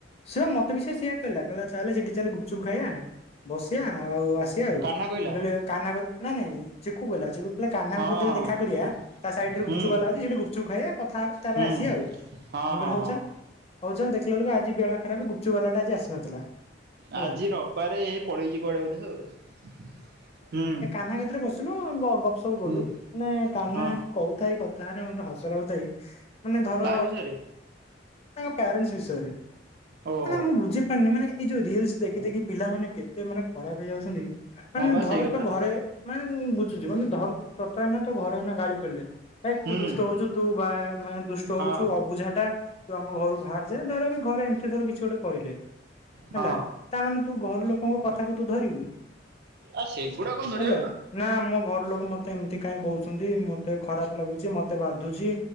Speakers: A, on the left (about 35°); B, on the right (about 55°).
A: ସେ ବା ମତେ ବି ସେ ସେଇଆ କହିଲା କହିଲା ଚାଲେ ସେଠି ଚାଲେ ଗୁପ୍ ଚୁପ୍ ଖାଇବା ବସିବାଆ ଆଉ ଆସିବା ସେ ଆଉ
B: କାହ୍ନା କହିଲା
A: ମୁଁ କହିଲି କନ୍ହା ନା ନାଇଁ ଚିକୁ କହିଲା ଚିକୁ କିହିଲା କନ୍ହା
B: ହଁ
A: କତିରେ
B: ହଁ
A: ଦେଖା କରିବା। ତା ସାଇଡ୍ ରେ
B: ହୁଁ
A: ଗୁପ୍ ଚୁପ୍ ବାଲା ଅଛି ସେଠି ଗୁପ୍ ଚୁପ୍ ଖାଇବା କଥା ହବା ତାପରେ
B: ହୁଁ
A: ଆସିବା ଆଉ। ମୁଁ
B: ହଁ
A: କହିଲି
B: ହଁ
A: ହୋଉ
B: ହଁ
A: ଚାଲ୍। ହଉ ଚାଲ୍ ଦେଖିଲା ବେଳୁ ଆଜି ବେଳା ଖରାପ ଗୁପ୍ ଚୁପ୍ ବାଲାଟା ଆଜି ଆସିନଥିଲା। ହେଲା।
B: ଆଜି ରବିବାରେ ହେଇ ପଳେଇଛି କୁଆଡେ ବୋଧେ ଆଉ। ହୁଁ।
A: କାନା କତିରେ ବସିଲୁ ଗପ ସପ୍ କଲୁ
B: ହୁଁ
A: ମାନେ କାହ୍ନା
B: ହଁ
A: କହୁଥାଏ କଥା ରା ମତେ ହସ ଲାଗୁ ଥାଏ। ମାନେ ଧର
B: ତା ବିଷୟରେ
A: ତାଙ୍କ ପ୍ୟାରେଣ୍ଟ ବିଷୟରେ
B: ଓହୋ
A: ମାନେ ମୁ ବୁଝି ପାରୁନି ମାନେ ଏଇ ଯୋଉ ରିଲ୍ସ୍ ଦେଖି ଦେଖି ପିଲାମାନେ କେତ ମାନେ ଖରାପ ହେଇଯାଉଛନ୍ତି। ମାନେ
B: ହଁ ବା
A: ଧର
B: ସେଇ କଥା
A: ତ ଘରେ ମାନେ ମୁଁ ବୁଝୁଛିି ମାନେ ଧର ତୋତେ ଏଇନା ତ ଘରେ ଏଇନା ଗାଳି କଲେ ଏ
B: ହୁଁ
A: ତୁ ଦୁଷ୍ଟ ହଉଛୁ ତୁ ବା ମାନେ ଦୁଷ୍ଟ
B: ହଁ
A: ହଉଛୁ ପୂଝା ଟା ତୁ ଆମ ଘରୁ ବାହାର ଯା ଧର ଘରେ ଏମିତି ର କିଛି ଗୋଟେ କହିଲେ
B: ହଁ
A: ହେଲା ତାମାନୋନେ ତୁ ଘର ଲୋକଙ୍କ କଥାକୁ ତୁ ଧରିବୁ?
B: ଆ ସେଗୁଡା କଣ ଧରିବା
A: ହେଲା
B: କଥା
A: ନା ମୋ ଘର ଲୋକ ମତେ ଏମିତି କାହିଁ କହୁଛନ୍ତି ମତେ ଖରାପ ଲାଗୁଛି ମତେ ବାଧୁଛି